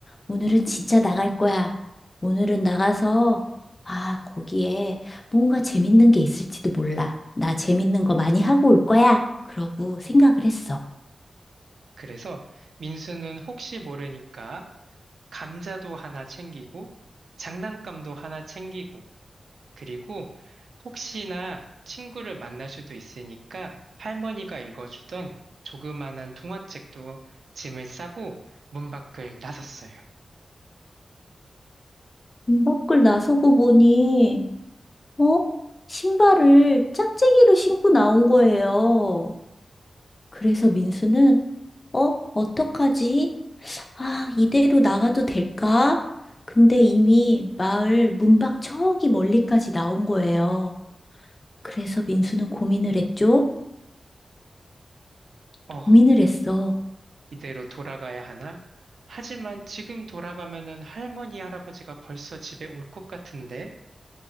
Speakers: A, on the left; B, on the right.
A: 오늘은 진짜 나갈 거야. 오늘은 나가서, 아, 거기에 뭔가 재밌는 게 있을지도 몰라. 나 재밌는 거 많이 하고 올 거야. 그러고 생각을 했어.
B: 그래서 민수는 혹시 모르니까 감자도 하나 챙기고 장난감도 하나 챙기고 그리고 혹시나 친구를 만날 수도 있으니까 할머니가 읽어주던 조그만한 동화책도 짐을 싸고 문 밖을 나섰어요.
A: 문 밖을 나서고 보니, 어? 신발을 짝재기로 신고 나온 거예요. 그래서 민수는, 어? 어떡하지? 아, 이대로 나가도 될까? 근데 이미 마을 문밖 저기 멀리까지 나온 거예요. 그래서 민수는 고민을 했죠?
B: 어,
A: 고민을 했어.
B: 이대로 돌아가야 하나? 하지만 지금 돌아가면은 할머니, 할아버지가 벌써 집에 올 것 같은데?